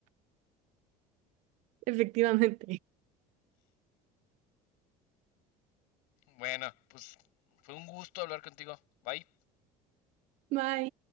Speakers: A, on the right (about 55°); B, on the left (about 75°).
A: Efectivamente.
B: Bueno, pues fue un gusto hablar contigo. Bye.
A: <laughs> Bye.